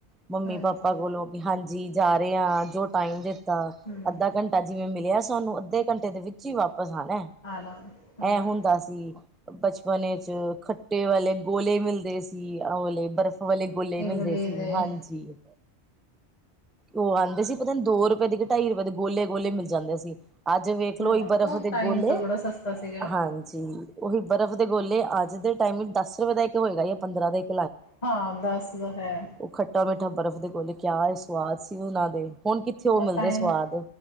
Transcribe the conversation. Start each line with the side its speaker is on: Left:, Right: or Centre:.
Centre: ਮੰਮੀ-ਪਾਪਾ
Left: ਹਾਂਜੀ
Centre: ਕੋਲੋਂ ਕਿ ਹਾਂਜੀ ਜਾ ਰੇ ਆਂ ਜੋ ਟਾਈਮ ਦੇ ਤਾਂ
Left: ਹਮ
Centre: ਅੱਧਾ ਘੰਟਾ ਜਿਵੇਂ ਮਿਲਿਆ ਸਾਨੂੰ ਅੱਧੇ ਘੰਟੇ ਦੇ ਵਿੱਚ ਈ ਵਾਪਿਸ ਆਣਾ।
Left: ਆਲਾ ਹਾਂ
Centre: ਐਂ ਹੁੰਦਾ ਸੀ। ਬਚਪਨ ਚ ਖੱਟੇ ਵਾਲੇ ਗੋਲੇ ਮਿਲਦੇ ਸੀ ਆਵਂਲੇ ਬਰਫ਼ ਵਾਲੇ ਗੋਲੇ
Left: ਇਮਲੀ
Centre: ਮਿਲਦੇ ਸੀ
Left: ਦੇ
Centre: ਹਾਂਜੀ। ਓ ਆਂਦੇ ਸੀ ਪਤਾ ਨੀ ਦੋ ਰੁਪਏ ਦੇ ਕੇ‌ ਢਾਈ ਰੁਪੇ ਦੇ ਗੋਲੇ- ਗੋਲੇ ਮਿਲ ਜਾਂਦੇ ਸੀ। ਅੱਜ ਵੇਖਲੋ
Left: ਹਾਂ
Centre: ਓਈ ਬਰਫ਼
Left: ਉਹ
Centre: ਦੇ
Left: ਟਾਈਮ
Centre: ਗੋਲੇ
Left: ਤਾਂ ਬੜਾ ਸਸਤਾ ਸੀਗਾ।
Centre: ਹਾਂਜੀ ਉਈ ਬਰਫ਼ ਦੇ ਗੋਲੇ ਅੱਜ ਦੇ ਟਾਈਮ ਵਿੱਚ ਦਸ ਰੁਪੇ ਦਾ ਇੱਕ ਹੋਏਗਾ ਆ ਪੰਦਰਾਂ ਦਾ ਇਕ
Left: ਹਾਂ ਦੱਸ ਦਾ ਹੈ।
Centre: ਓ ਖੱਟਾ-ਮਿੱਠਾ ਬਰਫ਼ ਦੇ ਗੋਲੇ ਕੇਆ ਈ ਸਵਾਦ ਸੀ ਓਨਾਂ ਦੇ। ਹੁਣ ਕਿੱਥੇ ਓ
Left: ਉਹ
Centre: ਮਿਲਦੇ
Left: ਟਾਈਮ
Centre: ਸਵਾਦ